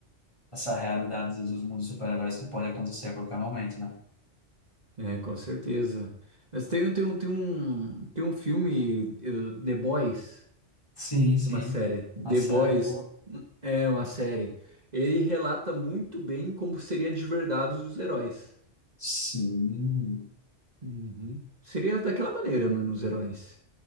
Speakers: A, on the left; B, on the right.
A: essa realidade dos mundos super-heróis que pode acontecer a qualquer momento, né?
B: É, com certeza. Mas tem, tem, um, tem um, tem um filme, eh, The Boys.
A: Sim, sim.
B: Tem uma série. The
A: A série.
B: Boys é uma série. Ele relata muito bem como seria de verdade os heróis.
A: Sim.
B: Uhum. Seria daquela maneira, mano, os heróis.